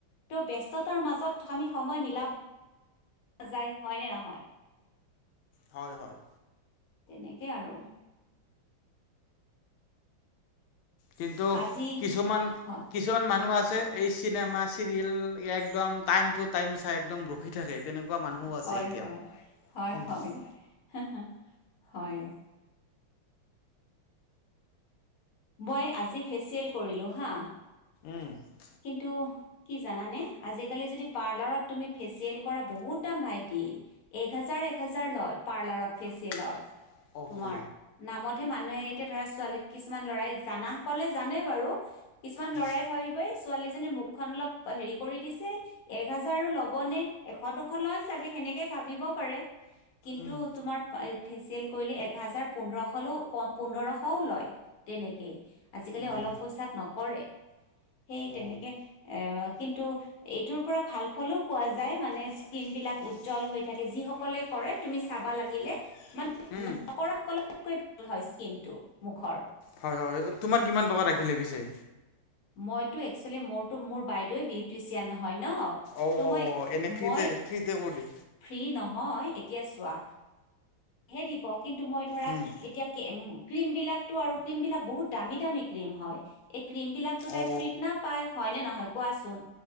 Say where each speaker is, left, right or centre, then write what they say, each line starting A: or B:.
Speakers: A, on the left; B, on the left.
A: ত' ব্যস্ততাৰ মাজত আমি সময় মিলাব যায় হয় নে নহয়?
B: হয়'-হয়'।
A: তেনেকেই আৰু।
B: কিন্তু
A: আজি
B: কিছুমান-কিছুমান
A: হয়
B: মানুহ আছে এই চিনেমা চিৰিয়েল একদম টাইম টো-টাইম চাই একদম ৰখি থাকে তেনেকুৱা মানুহো আছে
A: হয়'-হয়'-হয়'-হয়'-হয়'।
B: এতিয়াও উম
A: মই আজি ফেচিয়েল কৰিলোঁ হা।
B: উম
A: কিন্তু কি জানানে আজিকালি যদি পাৰ্লাৰত তুমি ফেচিয়েল কৰা বহুত দাম ভাইটি। এক হাজাৰ এক হাজাৰ লয় পাৰ্লাৰত ফেচিয়েলত
B: ল'ৰাক দিছে লয়। অকে
A: তোমাৰ নামতে মা। এতিয়া ধৰা ছোৱালীক কিছুমান লৰাই জানা সকলে জানে বাৰু কিছুমান
B: উম।
A: লৰাই ভাবিবই ছোৱালীজনীৰ মুখখন অলপ হেৰি কৰি দিছে এক হাজাৰো ল'বনে এশ দুশ লয় চাগে সেনেকে ভাবিব পাৰে। কিন্তু
B: উম
A: তোমাৰ ফেচিয়েল কৰিলে এক হাজাৰ পোন্ধৰশলৈ পোন্ধৰশও লয়। তেনেকেই আজিকালি
B: উম
A: অলপ পইচাত নকৰে। সেই তেনেকে
B: অ।
A: এ কিন্তু এইটোৰ পৰা ভাল ফলো পোৱা যায় মানে
B: যায়
A: স্কিন।
B: মানে
A: বিলাক
B: স্কিন
A: উজ্জল হৈ থাকে
B: জল
A: যিসকলে
B: হৈ
A: কৰে তুমি
B: যায় কৰে
A: চাবা
B: তুমি
A: লাগিলে
B: চাবা
A: মানে
B: উম।
A: নক সকলতকৈ। হয় স্কিনটো মুখৰ।
B: হয় হয় তোমাৰ কিমান টকা ৰাখিলে পিছে।
A: মইতো একচুৱেলি মোৰো মোৰ বাইদেৱে বিউট্ৰিচিয়ান হয়। ন
B: অ
A: মই
B: এনে ফ্ৰীতে
A: মই
B: ফ্ৰীতে কৰি দি
A: ফ্ৰী নহয়। এতিয়া চোৱা হে দিব কিন্তু মই ধৰা
B: উম
A: এতিয়া কে ক্ৰীম বিলাকতো আৰু ক্ৰীম বিলাক বহুত দামী দামী ক্ৰীম হয় ক্ৰীম বিলাকতো তাই
B: অ
A: ফ্ৰীত না পাই হয় নে নহয় কোৱাচোন।